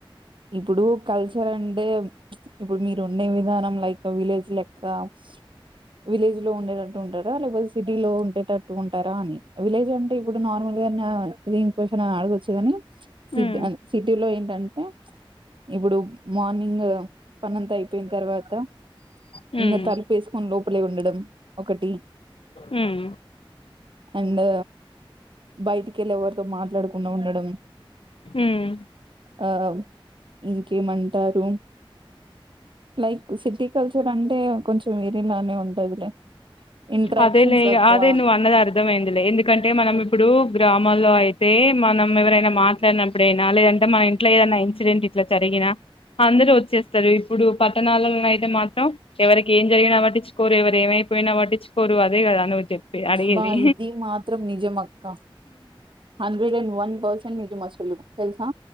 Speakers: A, on the right (about 65°); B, on the left (about 80°).
A: ఇప్పుడు కల్చర్ అంటే ఇప్పుడు మీరు ఉండే విధానం లైక్ విలేజ్ లెక్క స్ విలేజ్ లో ఉండేటట్టు ఉంటారా లేకపోతే సిటీ లో ఉండేటట్టు ఉంటారా అని విలేజ్ అంటే ఇప్పుడు నార్మల్ ఏదన్నా ఇదేం క్వాషన్ అడగొచ్చుగాని సిట్
B: మ్మ్
A: సిటీలో ఏంటంటే ఇప్పుడు మార్నింగ్ పనంతా అయిపోయిన తర్వాత
B: మ్మ్
A: ఇంకా తలుపు వేసుకొని లోపలే ఉండడం ఒకటి
B: మ్మ్
A: అండ్ బయటికి ఎళ్ళి ఎవరితో మాట్లాడకుండా ఉండడం
B: మ్మ్
A: ఆ ఇంకేంమంటారు లైక్ సిటీ కల్చర్ అంటే కొంచెం వేరేలానే ఉంటదిలే ఇంట్రాక్షన్స్
B: అదే లే ఇగ
A: తక్కువ
B: అదే నువ్వు అన్నది అర్ధమయిందిలే ఎందుకంటే మనం ఇప్పుడు గ్రామ్ మల్లో అయితే మనం ఎవరైనా మాట్లాడినప్పుడైనా లేదంటే మన ఇంట్లో ఏదన్నా ఇన్సిడెంట్ ఇట్లా జరిగినా అందరు వచ్చేస్ తరు ఇప్పుడు పట్టణాల్లో అయితే మాత్రం ఎవరికి ఏం జరిన పట్టించుకోరు ఎవరు ఏమైపోయినా పట్టించుకో కొరు అదే కదా నువ్వు చెప్పి అడిగెది
A: బా ఇది మాత్రం నిజం అక్క హండ్రెడ్ అండ్ వన్ ఫర్సెంట్ నిజం అసలు తెలుసా